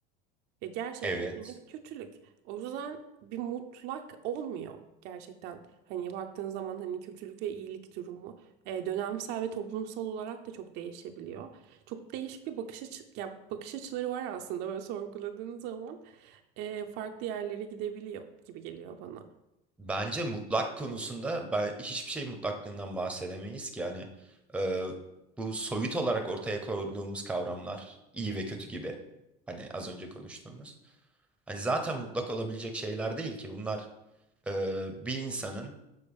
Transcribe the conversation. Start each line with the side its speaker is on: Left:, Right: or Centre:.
Right: Ya gerçekten
Centre: Evet.
Right: hani bir kötülük. O yüzden bir mutlak olmuyor gerçekten. Hani baktığın zaman hani kötülük ve iyilik durumu e, dönemsel ve toplumsal olarak da çok değişebiliyor. Çok değişik bir bakış açı, ya bakış açıları var aslında böyle sorguladığın zaman e, farklı yerlere gidebiliyor gibi geliyor bana.
Centre: Bence mutlak konusunda ben hiçbir şey mutlaklığından bahsedemeyiz ki yani e, bu soyut olarak ortaya koyduğumuz kavramlar iyi ve kötü gibi. Hani az önce konuştuğumuz. Hani zaten mutlak olabilecek şeyler değil ki bunlar e, bir insanın